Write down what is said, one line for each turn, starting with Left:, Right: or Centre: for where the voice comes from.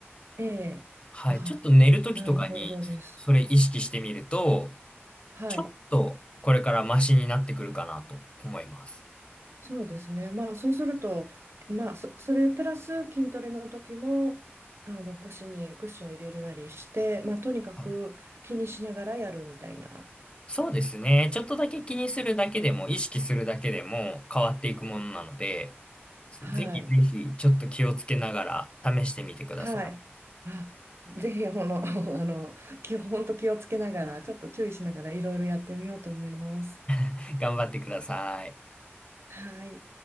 Right: ええ。
Left: はい、
Right: ああ、
Left: ちょっと寝るときとかにそれ意識してみると、
Right: なるほどです。はい。
Left: ちょっとこれからマシになってくるかなと思います。
Right: そうですね。まあそうすると、まあそ、それプラス筋トレの時も、あの腰にクッション入れるなりして、まあとにかく気にしながらやるみたいな。
Left: はいそうですね。ちょっとだけ気にするだけでも、意識するだけでも変わっていくものなので、そうぜひぜひちょっと気をつけながら試してみてくださ
Right: はい。はい。あ、ぜひ、この、<laughs> あの、気を、本当気をつけながら、ちょっと注意しながら、いろいろやってみようと思います。
Left: い。<laughs> 頑張ってください。
Right: はい。